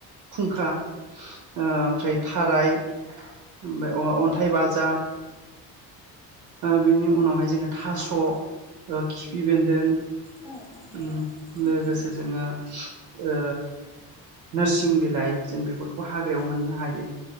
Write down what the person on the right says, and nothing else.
खुंखा ओ ओमफ्राय थाराय ओमफाय अ-अन्थाइ बाजाब ओ बिनि उनावहाय जोङो थास' ओ खिफि बेन्दों
उम
लोगोसे
जोङो ओ नोरसिं बिलाइ जों बेफोरखौ हाग्रायाव मोननो हायो